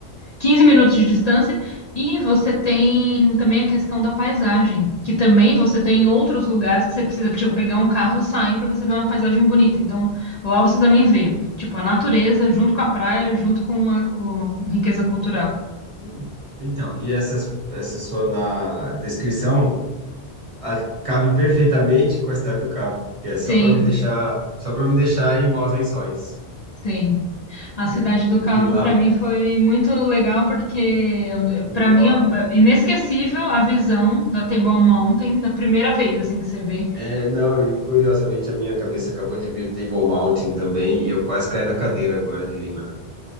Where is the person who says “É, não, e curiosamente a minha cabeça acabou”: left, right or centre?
Right